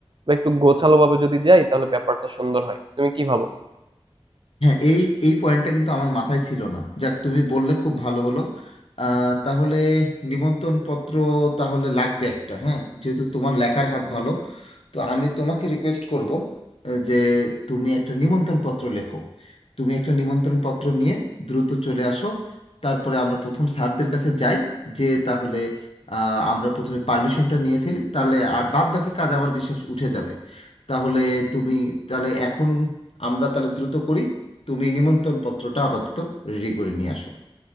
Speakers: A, on the right; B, on the left.
A: বা একটু গোছালো ভাবে যদি যাই তাহলে ব্যাপারটা সুন্দর হয় তুমি কি ভাবো
B: হ্যাঁ এই এই পয়েন্টটা কিন্তু আমার মাথায় ছিল না যাক তুমি বললে খুব ভালো হলো আহ, তাহলে নিমন্ত্রণ পত্র তাহলে লাগবে একটা হ্যাঁ যেহেতু তোমার লেখার হাত ভালো তো আমি তোমাকে রিকোয়েস্ট করব আহ, যে তুমি একটা নিমন্ত্রণ পত্র লেখো তুমি একটা নিমন্ত্রণ পত্র নিয়ে দ্রুত চলে আসো তারপরে আমরা প্রথম স্যারদের কাছে যাই যে তাহলে আহ, আমরা প্রথমে পারমিশনটা নিয়ে ফেলি তাহলে আর বাদ বাকি কাজ আমার বিশ্বাস উঠে যাবে তাহলে তুমি তাহলে এখন আমরা তাহলে দ্রুত করি তুমি নিমন্ত্রণ পত্রটা আপাতত রেডি করে নিয়ে আসো